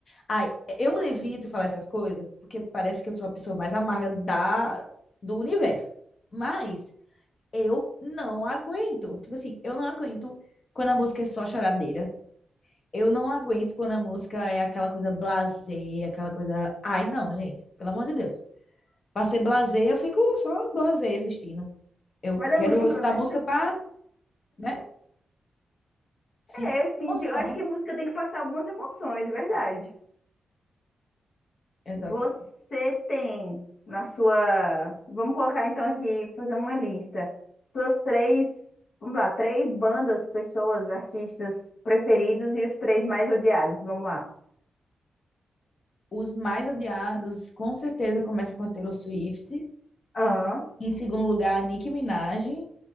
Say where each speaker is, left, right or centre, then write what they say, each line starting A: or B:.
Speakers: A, on the left; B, on the left.
A: Ai, eu evito falar essas coisas porque parece que eu sou a pessoa mais amarga da, do universo. Mas eu não aguento. Tipo assim, eu não aguento quando a música é só choradeira. Eu não aguento quando a música é aquela coisa blasé, aquela coisa. Ai, não, gente, pelo amor de Deus. Pra ser blasé, eu fico só blasé existindo. Eu
B: Vai ler
A: quero
B: um livro,
A: escutar
B: né?
A: música para, né, sentir
B: É, assim,
A: emoção.
B: eu acho que a música tem que passar algumas emoções, é verdade.
A: Exato.
B: Você tem na sua. Vamos colocar então aqui, fazer uma lista. Suas três. Vamos lá, três bandas, pessoas, artistas preferidos e os três mais odiados. Vamos lá.
A: Os mais odiados, com certeza, começa com a Taylor Swift.
B: Aham.
A: Em segundo lugar, a Nicki Minaj.